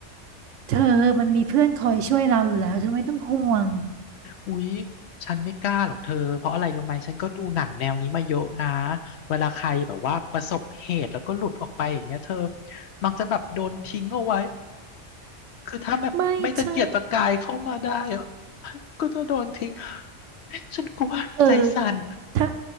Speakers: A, on the right; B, on the left.
A: เธอมันมีเพื่อนคอยช่วยเราอยู่แล้วเธอไม่ต้องห่วง
B: อุ๊ยฉันไม่กล้าหรอกเธอเพราะอะไรรู้ไหมฉันก็ดูหนังแนวนี้มาเยอะนะเวลาใครแบบว่าประสบเหตุแล้วก็หลุดออกไปอย่างเงี้ยเธอมักจะแบบโดนทิ้งเอาไว้ คือถ้าแบบไม่ตะเกียกตะกายเข้ามาได้อะ
A: ไม่เธอ
B: ก็จะโดนทิ้งฉันกลัวใจสั่น
A: เออถ้า